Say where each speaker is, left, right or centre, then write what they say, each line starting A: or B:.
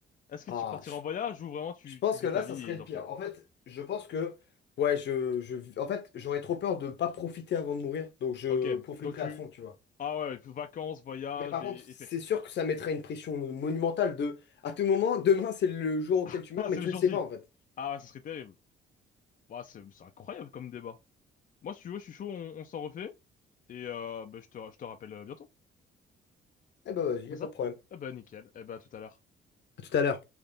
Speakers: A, on the left (about 45°); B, on the left (about 60°).
A: Est-ce que
B: Ah,
A: tu partiras
B: je-
A: en voyage ou vraiment tu,
B: Je pense
A: tu vis
B: que là,
A: ta vie
B: ça serait
A: et tant
B: le pire.
A: pis?
B: En fait, je pense que, ouais, je, je, en fait, j'aurais trop peur de ne pas profiter avant de mourir, donc je
A: Ok,
B: profiterai
A: donc tu...
B: à fond, tu vois.
A: Ah ouais, vacances, voyage
B: Mais par
A: et,
B: contre, c'est
A: et fêtes.
B: sûr que ça mettrait une pression monumentale de, à tout moment, demain, c'est le jour auquel
A: <laughs>
B: tu meurs,
A: Ah,
B: mais
A: c'est
B: tu
A: le jour
B: le sais
A: J.
B: pas, en fait.
A: Ah ouais, ça serait terrible. Bah, c'est c'est incroyable comme débat. Moi, si tu veux, je suis chaud, on, on s'en refait. Et euh, bah, je te, je te rappelle euh, bientôt.
B: Eh ben, vas-y,
A: On
B: y
A: fait
B: a
A: ça?
B: pas de problème.
A: Eh ben, nickel. Eh ben, à tout à l'heure.
B: À tout à l'heure.